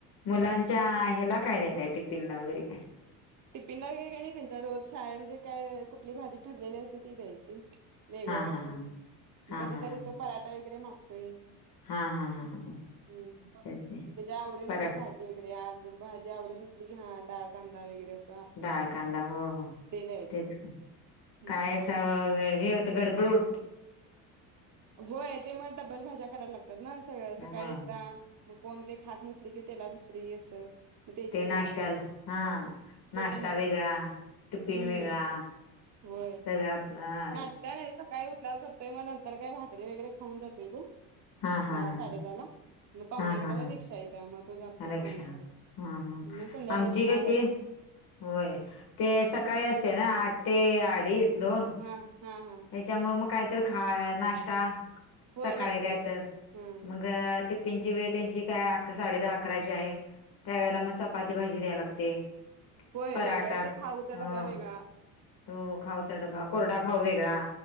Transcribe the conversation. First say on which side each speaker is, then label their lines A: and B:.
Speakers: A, on the left (about 55°); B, on the right (about 40°).
A: मुलांच्या
B: हम्म.
A: ह्याला काय देताय टिफिन ला वगैरे काय?
B: टिफिन ला वगैरे काही नाही त्यांच्या रोज शाळेेत म्हणजे काय कुठली भाजी ठरलेली असते ती द्यायची. वेगळं
A: हा हा
B: कस
A: हा हा
B: म कधीतरी
A: हा हा
B: तो पराठा वगैरे मागतोय.
A: हा हा हा हा हा.
B: हम्म
A: तेच की
B: त्याच्या आवडीनुसार
A: परा
B: भाजी गैरे आज भाजी आवडसली की ह डाळ कांदा वगैरे अस.
A: डाळ कांदा हो हो
B: द्यायचं
A: तेच की.
B: हम्म
A: कायच हे होतं गडबड उ
B: होय ते मग डब्बल भाज्या करायला लागतात ना सगळ सकाळी
A: हा.
B: एकदा. मग कोणते खात नसले की त्याला दुसरी असं. म तेची
A: ते नाश्त्याला
B: वेगळी
A: हा नाश्ता
B: ते पण हुतय
A: वेगळा टिफिन
B: हम्म.
A: वेगळा
B: व्हय.
A: सगळं आपल आ
B: नाष्टा नाई सकाळी उठल्याव कर ते म नंतर काय भाकरीे वगैरे खाऊन जातोय तो
A: हा हा
B: धा
A: हा हा
B: साडेधा ला. म पावणे
A: हा
B: आकरा
A: हा हा.
B: रिक्षा हाय. त्या म तो जातोय
A: परीक्षा
B: पावणे करा
A: हा हा
B: म संध्याकाळी
A: आमची
B: सहालाच
A: कशी
B: येतो.
A: होय ते सकाळी असते ना आठ ते अडी दोन.
B: हा हा हा
A: त्याच्यामुळे मग काहीतरी खाय नाश्त ता,
B: होय
A: सकाळी
B: लागतोय
A: काय तर.
B: हा
A: मग टि फींची वेळ त्यांची काय साडेदहा, अकराची आहे. त्यावेेळेला मग चपाती भाजी द्याय लागते.
B: होय,
A: पराठा
B: वेगवेगळं. ते खाऊचा
A: हो
B: डब्बा वेगळा.
A: तो खाऊचा डबा. कोरडा खाऊ वेगळा.